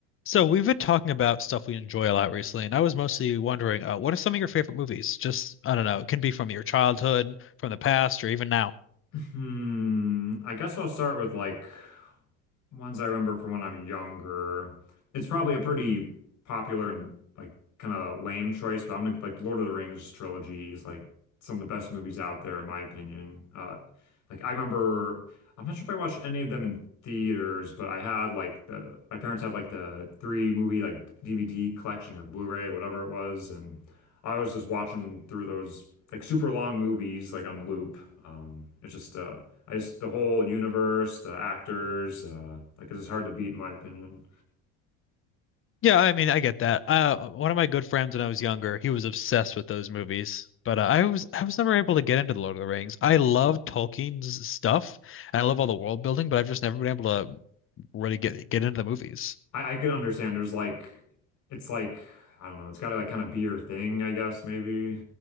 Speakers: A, on the left; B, on the left.
A: So we've been talking about stuff we enjoy a lot recently, and I was mostly wondering, uh, what are some of your favorite movies? Just, I don't know, it can be from your childhood, from the past, or even now.
B: Hmm. I guess I'll start with like ones I remember from when I'm younger. It's probably a pretty popular and like kind of lame choice, but I'm gonna like Lord of the Rings trilogy is like some of the best movies out there in my opinion. Uh, like I remember, I'm not sure if I watched any of them in theaters, but I had like the my parents had like the three movie like DVD collection or Blu-ray, whatever it was, and I was just watching through those like super long movies like on loop. Um, it's just uh, I just the whole universe, the actors, uh, like it's just hard to beat in my opinion.
A: Yeah, I mean, I get that. Uh, one of my good friends when I was younger, he was obsessed with those movies, but uh, I was I was never able to get into The Lord of the Rings. I love Tolkien's stuff, and I love all the world building, but I've just never been able to really get get into the movies.
B: I, I can understand there's like it's like I don't know, it's gotta like kind of be your thing, I guess maybe.